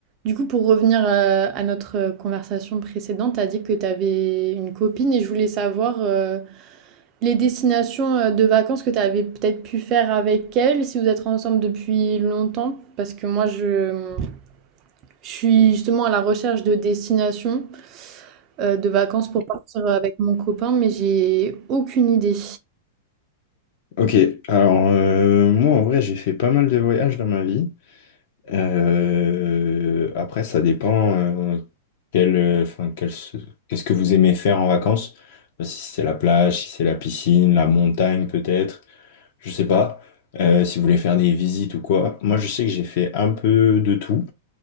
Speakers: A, on the right; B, on the left.
A: Du coup, pour revenir, heu, à notre, euh, conversation précédente, tu as dit que tu avais une copine et je voulais savoir, heu, les destinations, heu, de vacances que tu avais peut-être pu faire avec elle, si vous êtes ensemble depuis longtemps? Parce que moi je je suis justement à la recherche de destinations, heu, de vacances pour partir, avec mon copain, mais j'ai aucune idée.
B: Ok, alors euh, moi en vrai j'ai fait pas mal de voyages dans ma vie. Euh, après ça dépend euh, quel, euh, enfin, quel se- qu'est-ce que vous aimez faire en vacances. Euh, Si c'est la plage, si c'est la piscine, la montagne peut-être, je sais pas. Euh, si vous voulez faire des visites ou quoi. Moi je sais que j'ai fait un peu de tout.